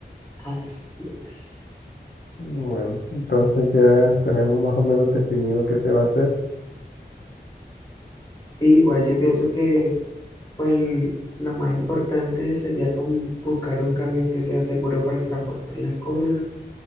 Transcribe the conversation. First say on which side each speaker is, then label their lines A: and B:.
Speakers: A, on the left (about 20°); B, on the left (about 75°).
A: así es.
B: Bueno, entonces ya tenemos más o menos definido qué se va a hacer.
A: Sí, igual yo pienso que pues lo más importante sería como buscar un camión que sea seguro para transportar las cosas